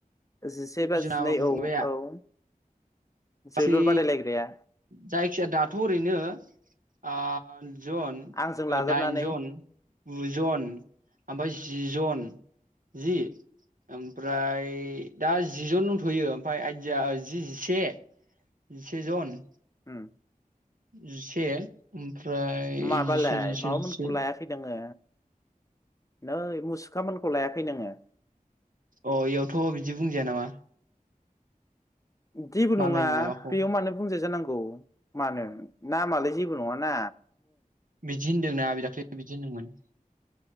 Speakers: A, on the left; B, on the right.
A: जिसे बा
B: जोंना
A: जिनै
B: माबाया
A: औ औ
B: गासै
A: जोलुर बादायलायग्राया
B: जायखिाया दा ओरैनो आ जन
A: आंजों लाजाबनानै
B: दाइनजन गुजन ओमफ्राय जि जन जि ओमफ्राय दा जिजन दंथयो ओमफ्राय आइदिया जि जिसे जिसे जन
A: <inaudible>
B: जिसे ओमफ्राय
A: माबालाय
B: जिसे जिसे
A: माबाफोरखौ
B: जिसे
A: लायाखै नोङो नै मुसुखामोनखौ लायाखै नोङो?
B: अ इयावथ' बिदि बुंजाया नामा?
A: जेबो
B: मालायनि
A: नङा
B: माबाखौ
A: बेयाव मानो बुंजाय जानांगौ मानो नामालाय जेबो नङा ना
B: बिदि होन्दोंना आ दाख्लै बिदि होन्दोंमोन।